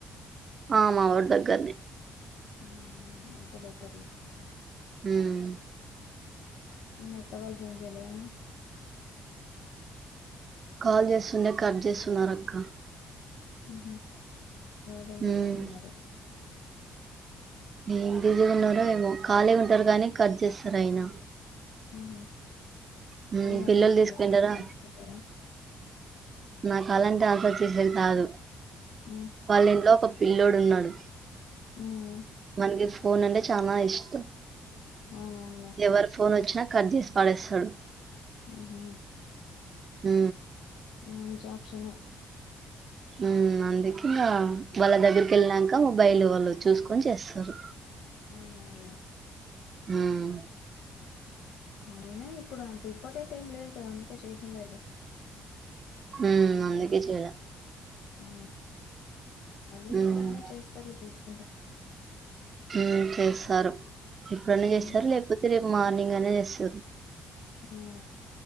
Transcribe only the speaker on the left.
మ్ మ్ అయితే బెటర్లే
మీ అత్త వాళ్ళు ఫోన్ చేయలేదా
మ్ హు వాళ్ళేం
బిజిగున్నారో
మ్ హు
ఏమాట్ల
మీ
కాలంటే ఆన్సర్ చేయర
ఉమ్
మ్
అవునవునులే
మ్ హు
మంచి అప్క్షనేే
అవునవునులే
అయినా ఇప్పుడు అంత ఇంపార్టెంట్ ఎం లేదు కదా అందుకే చేసిండరులే
ఆ మళ్ళీ
మళ్ళీ అయినా చేస్తారులే చూసుకుంటే
మ్మ్
ఆ